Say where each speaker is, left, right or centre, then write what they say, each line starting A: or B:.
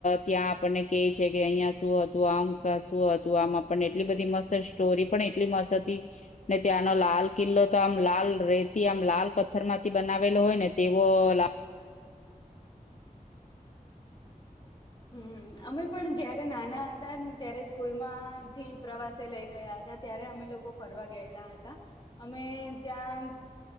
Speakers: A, on the left (about 55°); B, on the left (about 30°).
A: ત્યાં આપણને કેય છે કે અહિયાં શું હતું, આમ શું હતું આમ આપણને એટલી બધી મસર સ્ટોરી પણ ટલી મસ્ત હતી. ને ત્યાંનો લાલ કિલ્લો તો આમ લાલ રેતી આમ લાલ પથ્થર માંથી બનાવેલો હોય ને તેવો લા <inaudible>
B: હમ્મ, અમે પણ જયારે નાના હતા ને ત્યારે સ્કૂલમાંથી પ્રવાસે લઈ ગયા હતા. ત્યારે અમે લોકો ફરવા ગયેલા હતા અમે ત્યાં